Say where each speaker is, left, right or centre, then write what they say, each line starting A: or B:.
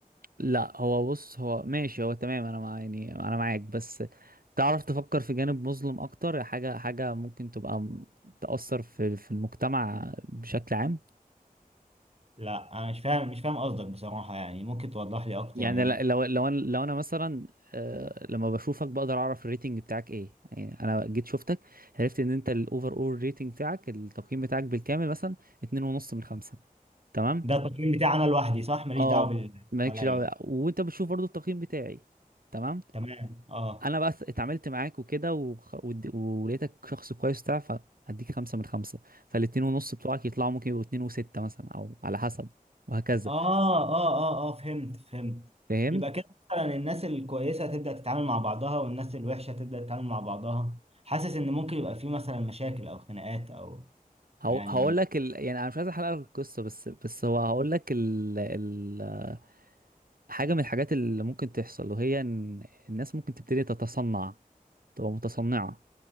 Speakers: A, on the right (about 70°); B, on the right (about 40°).
A: لا هو بص هو ماشي هو تمام انا مع يعني انا معاك بس تعرف تفكر في جانب مظلم اكتر حاجه حاجه ممكن تبقى م- تأثر في في المجتمع بشكل عام
B: لا انا مش فاهم مش فاهم قصدك بصراحة يعني ممكن توضح لي اكتر
A: يعني
B: يعني
A: ل- لو لو انا لو انا مثلا آه، لما بشوفك بقدر اعرف الريتنج بتاعك ايه يعني انا جيت شفتك عرفت ان انت الاوفر اول ريتنج بتاعك التقييم بتاعك بالكامل مثلا اتنين ونص من خمسة تمام
B: ده التقييم بتاعي انا لوحدي صح ماليش
A: اه
B: دعوه باللي
A: مالكش
B: حواليا
A: دعوه بقى. وانت بتشوف برضو التقييم بتاعي تمام
B: تمام اه
A: انا بقى اتعاملت معاك وكده وخ... ود- ولقيتك شخص كويس بتاع فهديك خمسة من خمسة فالاتنين ونص بتوعك يطلعوا ممكن يبقوا اتنين وستة مثلا او على حسب وهكذا
B: اه اه اه اه فهمت فهمت
A: فهمت
B: يبقى كده مثلا الناس الكويسه هتبدا تتعامل مع بعضها والناس الوحشه هتبدا تتعامل مع بعضها حاسس ان ممكن يبقى في مثلا مشاكل او خناقات او
A: هو...
B: يعني
A: هقول لك ال... يعني انا مش عايز احرق لك القصة بس بس هو هقول لك ال... ال... حاجة من الحاجات اللي ممكن تحصل وهي ان الناس ممكن تبتدي تتصنع تبقى متصنعة